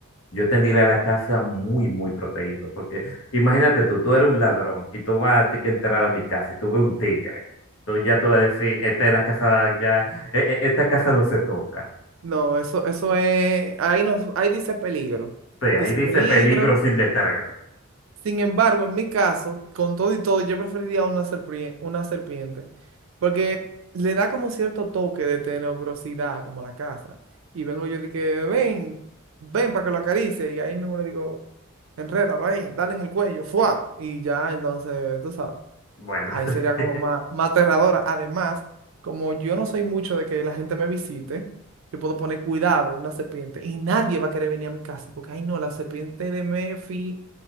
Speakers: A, on the left (about 65°); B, on the right (about 70°).
A: Yo tendría la casa muy, muy protegido, porque imagínate tú, tú eres un ladrón y tú vas a ti que entrar a mi casa y tú ves un tigre. Tú ya tú vas a decir, esta es la casa, ya, e- e- esta casa no se toca.
B: No, eso, eso es, ahí nos, ahí dice peligro.
A: Sí, ahí
B: Dice
A: dice
B: peligro.
A: peligro sin letrero.
B: Sin embargo, en mi caso, con todo y todo, yo preferiría una serpiente, una serpiente, porque le da como cierto toque de tenebrosidad, como a la casa. Y vengo yo de que, ven, ven para que lo acaricie. Y ahí mismo le digo, enrédalo ahí, dale en el cuello, ¡fua! Y ya, entonces, tú sabes.
A: Bueno,
B: ahí
A: <laughs>
B: sería
A: sí.
B: como más, más aterradora. Además, como yo no soy mucho de que la gente me visite, yo puedo poner cuidado, una serpiente, y nadie va a querer venir a mi casa, porque, ay no, la serpiente de Mefi